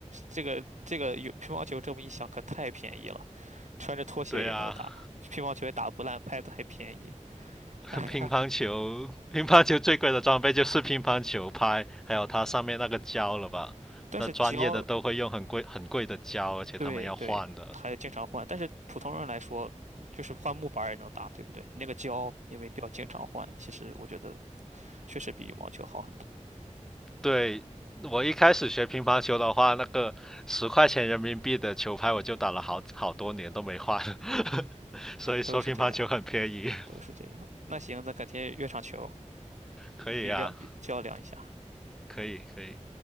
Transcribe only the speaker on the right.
这个这个有乒乓球这么一想，可太便宜了，穿着拖鞋也能打，
乒乓球也打不烂，拍子还便宜。
<laughs>
但是胶，
对对，还经常换。但是普通人来说，就是换木板儿也能打，对不对？那个胶也没必要经常换，其实我觉得确实比羽毛球好很多，
都是这样，
都是这样。那行，咱改天约场球，
比量比较量一下。